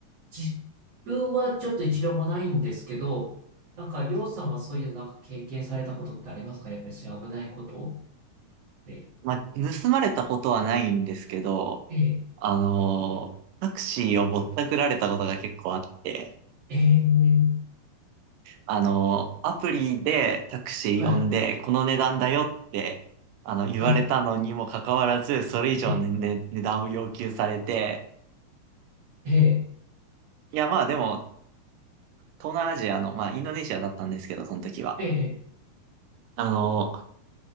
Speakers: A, on the right (about 50°); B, on the right (about 85°).
A: 自分はちょっと一度もないんですけど、なんか、りょうさんはそういうなんか経験されたことってありますかやっぱりそういう危ないことって。
B: まあ、盗まれたことはないんですけど、
A: ええ、
B: あのータクシーをぼったくられたことが結構あって、
A: ええ、
B: あのーアプリでタクシー呼んで、
A: はい、
B: この値段だよって、あの、言われたのにもかかわらず、
A: はい、
B: それ以上の、
A: ええ、
B: ね、値段を要求されて、
A: ええ、
B: いや、まあでも、東南アジアの、まあ、インドネシアだったんですけど、その時は。
A: ええ、
B: あのー